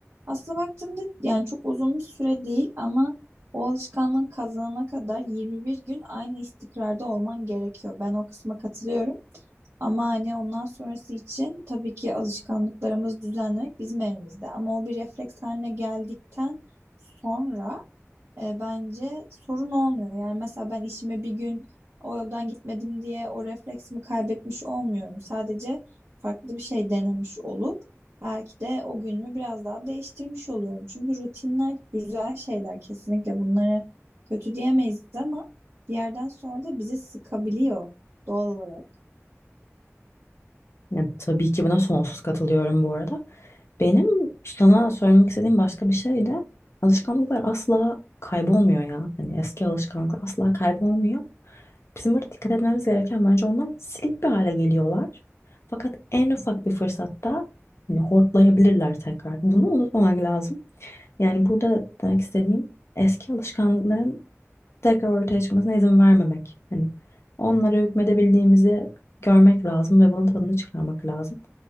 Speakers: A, on the right; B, on the left.
A: Aslında baktığımda yani çok uzun bir süre değil ama o alışkanlığı kazanana kadar 21 gün aynı istikrarda olman gerekiyor. Ben o kısma katılıyorum. Ama hani ondan sonrası için tabii ki alışkanlıklarımızı düzenlemek bizim elimizde. Ama o bir refleks haline geldikten sonra e, bence sorun olmuyor. Yani mesela ben işime bir gün o yoldan gitmedim diye o refleksimi kaybetmiş olmuyorum. Sadece farklı bir şey denemiş olup belki de o günümü biraz daha değiştirmiş oluyorum. Çünkü rutinler güzel şeyler kesinlikle bunları kötü diyemeyiz ama bir yerden sonra da bizi sıkabiliyor doğal olarak.
B: Yani tabii ki buna sonsuz katılıyorum bu arada. Benim sana söylemek istediğim başka bir şey de alışkanlıklar asla kaybolmuyor ya. Hani eski alışkanlıklar asla kaybolmuyor. Bizim burada dikkat etmemiz gereken bence onlar silik bir hale geliyorlar. Fakat en ufak bir fırsatta hani hortlayabilirler tekrar. Bunu unutmamak lazım. Yani burada demek istediğim eski alışkanlıkların tekrar ortaya çıkmasına izin vermemek. Hani onlara hükmedebildiğimizi görmek lazım ve bunun tadını çıkarmak lazım.